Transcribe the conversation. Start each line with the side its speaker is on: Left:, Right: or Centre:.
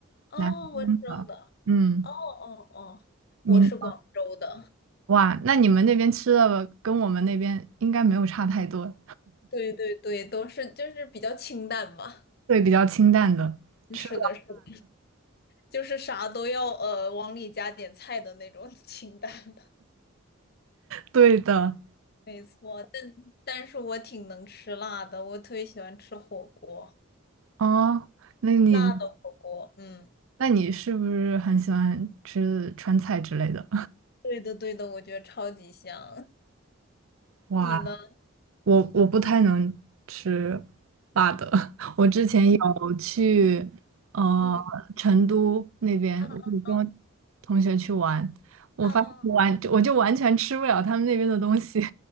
Left: 哦，
Right: 南方的。
Left: 温州的。
Right: 嗯，
Left: 哦哦，
Right: 你
Left: 我是广州的，
Right: 哇，那你们那边吃的跟我们那边应该没有差太多，
Left: 对对对，都是就是比较清淡吧。
Right: 对，比较清淡的。
Left: 嗯是的，
Right: 吃
Left: 是的，就是啥都要呃往里加点菜的那种 <laughs> 清淡的，
Right: 对的。
Left: 没错。但但是我挺能吃辣的，我特别喜欢吃火锅，
Right: 哦，那你
Left: 辣的火锅。嗯，
Right: 那你是不是很喜欢吃川菜之类的？
Left: 对的对的，我觉得超级香。
Right: 哇，
Left: 你呢？
Right: 我我不太能吃辣的。<laughs> 我之前有去呃成都那边，
Left: 嗯嗯啊啊，
Right: 我有跟同学去玩，我发现我完我就完全吃不了他们那边的东西，
Left: 啊啊